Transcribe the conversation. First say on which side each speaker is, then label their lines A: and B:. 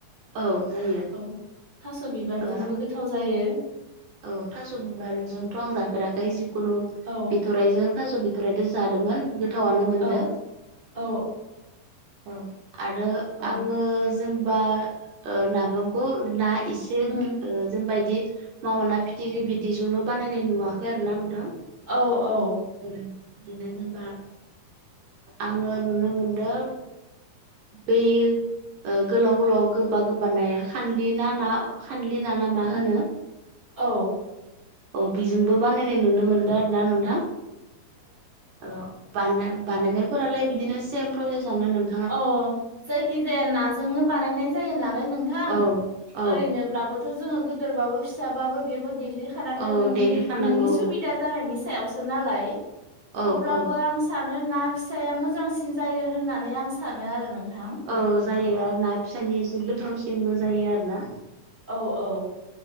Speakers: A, on the right; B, on the right.
A: औ जायो
B: औ थास' बिबारजोंबो
A: ओ
B: गोथाव जायो
A: औ थास' बिबारजोंथ' आं जाफेराखै जिखुनु
B: औ
A: बिथ'राइजों थास' बिथ बिथरायदो जादोंमोन गोथावनो मोनदों
B: औ औ
A: औ आरो
B: औ
A: आङो जेनेबा नाफामखौ ना एसे
B: उम
A: जों बायदि मावाना फिथिख्रि बिदिजोंल' बानायनाय नुवाखै आरो ना नोंथां
B: औ औ
A: <inaudible> आङो नुनो मोनदों बै गोलाव गोलाव गोबा गोबा नाया खानलि ना ना खानलि ना ना मा होनो
B: औ
A: औ बिजोंबो बानायनाय नुनो मोनदों आरो ना नोंथां औ बानाय बानायनायफोरालाय बिदिनो सेम प्रसेसआनो होन
B: अ जायखिजाया नाजोंनो बानायनाय जायो नालाय नोंथां
A: औ औ
B: ओरैनो ओरैबाथ' जोङो गोदेरबाबो फिसाबाबो बेखौ देग्लिखानांगोन
A: औ
B: नोंनि
A: देग्लिखानांगौ
B: नोंनि सुबिदा जानायनि सायावसो नालाय
A: औ
B: अब्लाबो
A: औ
B: आं सानो ना फिसाया मोजांसिन जायो होननानै आं सानो आरो नोंथां
A: औ जायो आरो ना फिसानि ऐसे गोथावसिनबो जायो आरो ना
B: औ औ